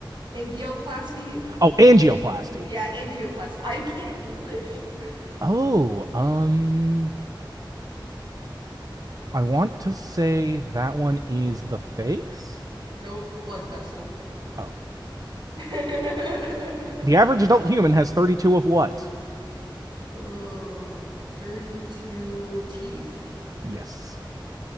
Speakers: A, on the right; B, on the right.
A: Angioplasty?
B: Oh, angioplasty.
A: Yeah, angioplasty. I can't English. <laughs>
B: Oh, um, I want to say that one is the face?
A: Nope, blood vessel.
B: Oh.
A: <laughs>
B: The average adult human has 32 of what?
A: Oh, 32 teeth.
B: Yes.